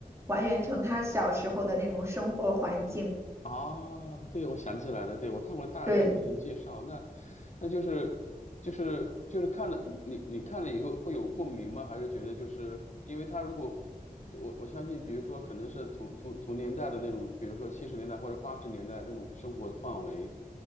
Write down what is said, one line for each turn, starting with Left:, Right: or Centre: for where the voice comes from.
Right: 还原成他小时候的那种生活环境。
Left: 啊，对，我想起来了，对，我看过大概进行介绍，
Right: 对，
Left: 那那就是就是就是看了你你看了以后会有共鸣吗？还是觉得就是因为他如果我我相信，比如说可能是同同同年代的那种，比如说七十年代或者八十年代这种生活的范围，